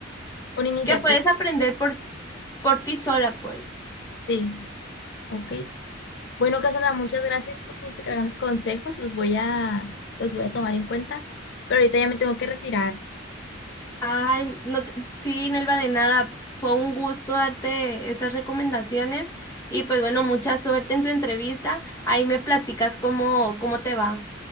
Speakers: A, on the left; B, on the left.
A: Una iniciativa,
B: que puedes aprender por, por ti sola, pues.
A: sí, ok. Bueno, Cassandra, muchas gracias por tus gran- consejos. Los voy a, los voy a tomar en cuenta, pero ahorita ya me tengo que retirar.
B: Ay, no, te- sí, Nelva, de nada. Fue un gusto darte estas recomendaciones y pues bueno, mucha suerte en tu entrevista. Ahí me platicas cómo, cómo te va.